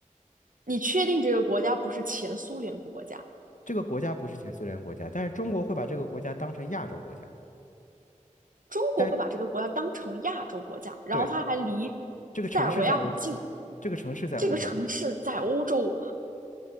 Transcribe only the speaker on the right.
你确定这个国家不是前苏联国家？
中国会把这个国家当成亚洲国家，
然后它还离塞尔维亚很近。
这个城市在欧洲